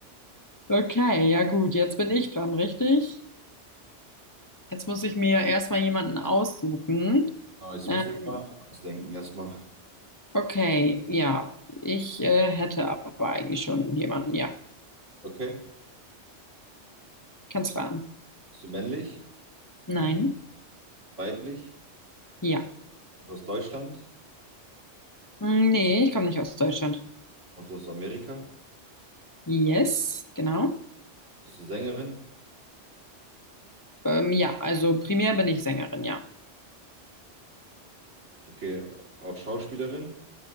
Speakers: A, on the left; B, on the right.
A: Okay, ja gut, jetzt bin ich dran, richtig? Jetzt muss ich mir erstmal jemanden aussuchen.
B: Aber jetzt
A: Ähm,
B: muss ich mal ausdenken erstmal.
A: okay, ja, ich äh, hätte aber eigentlich schon jemanden, ja.
B: Okay.
A: Kannst raten.
B: Bist du männlich?
A: Nein.
B: Weiblich?
A: Ja.
B: Kommst du aus Deutschland?
A: Hm, Nee, ich komme nicht aus Deutschland.
B: Kommst du aus Amerika?
A: Yes, genau.
B: Bist du Sängerin?
A: Ähm, ja, also primär bin ich Sängerin, ja.
B: Okay. Auch Schauspielerin?